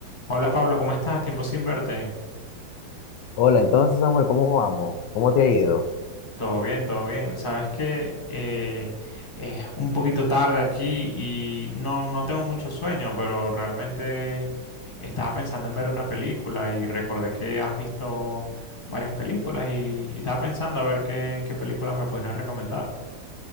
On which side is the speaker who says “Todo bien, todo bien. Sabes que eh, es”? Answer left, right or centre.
Left